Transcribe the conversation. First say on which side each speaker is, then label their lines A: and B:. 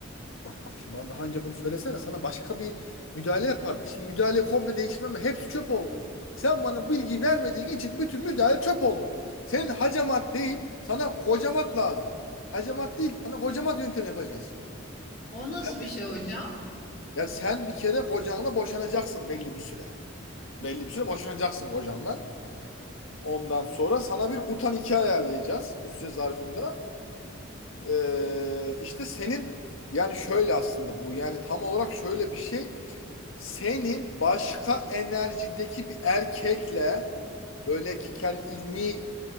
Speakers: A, on the left (about 80°); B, on the left (about 45°).
A: bak bak şimdi bana daha önce bunu söylesene sana başka bir müdahale yapardık. Şimdi müdahale komple değiştirmem mi? Hepsi çöp oldu. Sen bana bilgi vermediğin için bütün müdahale çöp oldu. Senin hacamat değil sana kocamat lazım. Hacamat değil sana kocamat yöntemi yapacağız.
B: O nasıl
A: Yani
B: bir şey hocam?
A: Ya sen bir kere kocanla boşanacaksın belli bir süre. Belli bir süre boşanacaksın kocanla. Ondan sonra sana bir kutan iki ayarlayacağız bu süre zarfında. Ee, işte senin yani şöyle aslında bu yani tam olarak şöyle bir şey. Senin başka enerjideki bir erkekle böyle ki kendi ilmi